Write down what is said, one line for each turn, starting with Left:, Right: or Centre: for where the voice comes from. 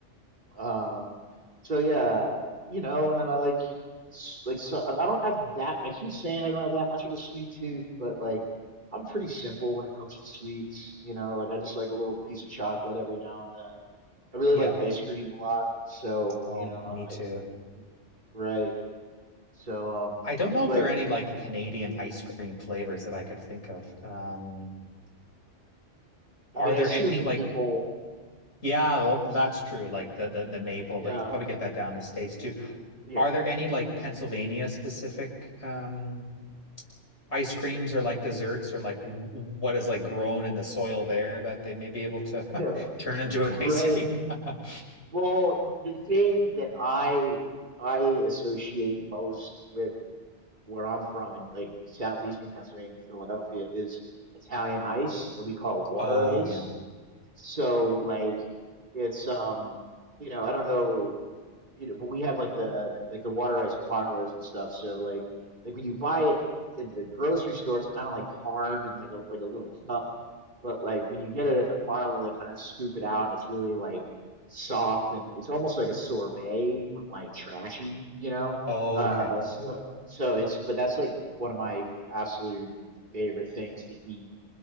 Right: Um, so yeah, you know, and then I like, s- like, so I I don't have that. I keep saying I don't have that much of a sweet tooth, but like, I'm pretty simple when it comes to sweets. You know, like I just like a little piece of chocolate every now and then. I really
Left: Yeah.
Right: like ice cream a lot, so
Left: Oh,
Right: you know,
Left: me
Right: I,
Left: too.
Right: I right. So um,
Left: I don't know
Right: like,
Left: if there are any like Canadian ice cream flavors that I could think of. Um,
Right: I
Left: are
Right: mean,
Left: there
Right: I assume
Left: any like
Right: maple.
Left: yeah, well, that's true, like the, the the maple,
Right: Yeah,
Left: but you could probably get that down in the States too.
Right: yeah,
Left: Are there any like Pennsylvania specific um ice creams or like desserts or like w- what is like grown in the soil there that they may be able to
Right: yeah,
Left: <laughs> turn into an
Right: right.
Left: ice cream. <laughs>
Right: Well, the thing that I I associate most with where I'm from in like southeastern Pennsylvania, Philadelphia, is Italian ice, and we call it water
Left: Oh
Right: ice.
Left: yeah.
Right: So like it's um you know I don't know you know but we have like the like the water ice parlors and stuff. So like like when you buy it in the grocery store, it's kind of like hard and like a like a little cup but like when you get it at the parlor, they kind of scoop it out and it's really like soft and it's almost like a sorbet, but like trashy, you know?
Left: okay.
Right: Uh, so, so it's, but that's like one of my absolute favorite things to eat.